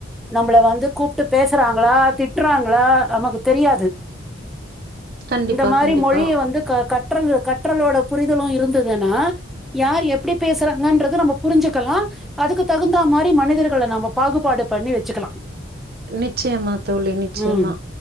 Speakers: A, in the centre; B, on the right (about 55°).
A: நம்மள வந்து கூப்ட் ட்டு பேசுறாங்களா திட்டுறாங்களா நமக்கு தெரியாது
B: கண்டிப்பா
A: இந்த மாரி
B: கண்டிப்பா
A: மொழிய வந்து க கற்றல் கற்றலோட புரிதலு இருந்துதுனா யார் எப்டி பேசறாங்கன்றது நம்ம புரிஞ்சிக்கலா அதுக்கு தகுந்தா மாரி மனிதர்கள நம்ம பாகுபாடு பண்ணி வச்சிக்கலா
B: நிச்சயமா தோழி நிச்சயமா
A: ம்